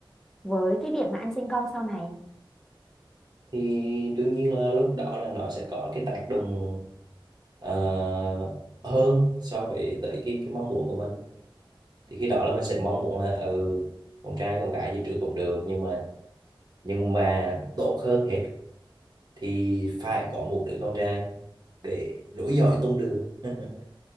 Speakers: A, in the centre; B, on the right (about 50°).
A: với cái việc mà anh sinh con sau này
B: thì đương nhiên là lúc đó là nó sẽ có cái tác động ờ, hơn so với tới cái cái mong muốn của mình thì khi đó là mình sẽ mong muốn là ừ con trai con gái gì trước cũng được nhưng mà nhưng mà tốt hơn hết thì phải có một đứa con trai để nối dõi tông đường <laughs>